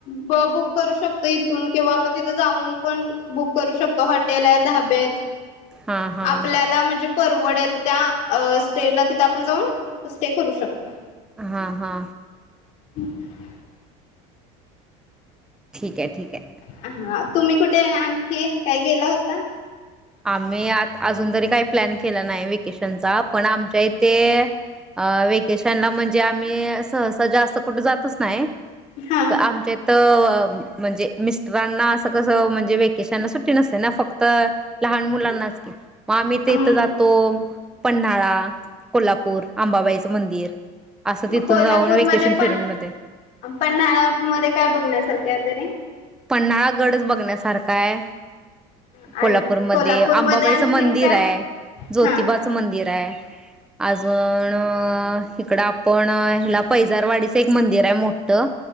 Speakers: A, on the left (about 40°); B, in the centre.
A: ब बुक करू शकतो इथून किंवा आपण तिथ जाऊन पण बुक करू शकतो हॉटेल आहेत धाबे आहेत.
B: हां हां
A: आपल्याला म्हणजे परवडेल त्या अ स्टेला तिथं आपण जाऊन ते करू शकता.
B: हा हा
A: <inaudible>
B: ठीकये ठीकये.
A: हा तुम्ही कुठे आणखी काही गेला होता
B: आम्ही आ अजून तरी काय प्लॅन केला नाय व्हेकेशनचा पण आमच्या इथे अ वेकेशनला म्हण जे आम्ही सहसा जास् कुठ जातच नाही.
A: हा
B: आमच्या त म्हणजे मिस्ट रांना असं कसं म्हणजे वे केिशांना सुट्टी नसत ना फक्त लहान मुलांनाच की म आम्ही ते
A: अम
B: इथं जातो. पन्हाळा कोल्हापूर आंबाबाई च मंदिर असं तिथून
A: म कोल्हापूरमध्ये
B: जाऊन वेकेशन
A: पण
B: फिरून मध्ये
A: पन्हाळा मध्ये काय बघण्यासारखं आहे. <inaudible>
B: पन्हाळा गडच बघण्यासारखाय
A: आणि
B: कोल्हापूरमध्ये अंबाबाईचं
A: आणखीन
B: मंदिर
A: काय?
B: हाय जोतीबाच
A: हा
B: मंदिर हाय. अजून अ इकड आपण हेला पैजारवाडीचं एक मंदिर आहे मोठ तिथं